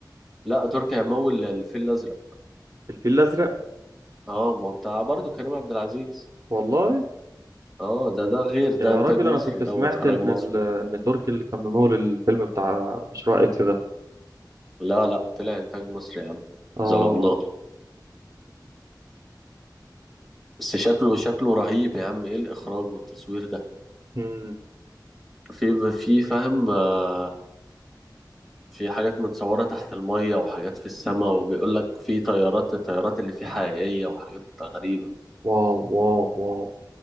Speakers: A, in the centre; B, on the right.
A: لا تركي هيمول الفيل الأزرق
B: الفيل الازرق
A: اه ما هو بتاع برضه كريم عبد العزيز
B: والله
A: اه ده ده غير
B: يا
A: ده انتاج
B: راجل
A: مصري
B: انا كنت
A: ده
B: سمعت
A: واخراج
B: ان
A: مصري
B: ال... ان تركي اللي كان ممول الفيلم بتاع مشروع اكس ده
A: لا لا طلع انتاج مصري يا عم
B: اه
A: ظلمناه بس شكله شكله رهيب يا عم ايه الاخراج والتصوير ده
B: مم.
A: في في فاهم آه، في حاجات متصورة تحت المية وحاجات في السماء وبيقول لك في طيارات الطيارات اللي فيه حقيقية وحاجات غريبة
B: واو واو واو